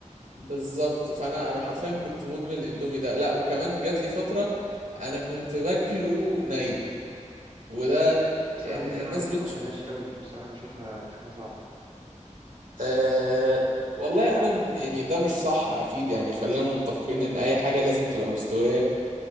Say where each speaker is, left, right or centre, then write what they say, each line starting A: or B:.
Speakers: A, on the right; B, on the right.
A: بالظبط فانا انا حرفيا كنت مدمن الاندومي ده لا وكمان جات لي فتره انا كنت باكله ني وده
B: بصراحه
A: إن-
B: دي اللي
A: الناس
B: انا ما بتقبلهاش
A: بت
B: قوي وبصراحه بشوفها بشوفها صعبه
A: آه والله انا م- يعني ده مش صح اكيد يعني خلينا متفقين ان اي حاجه لازم تبقى مستويه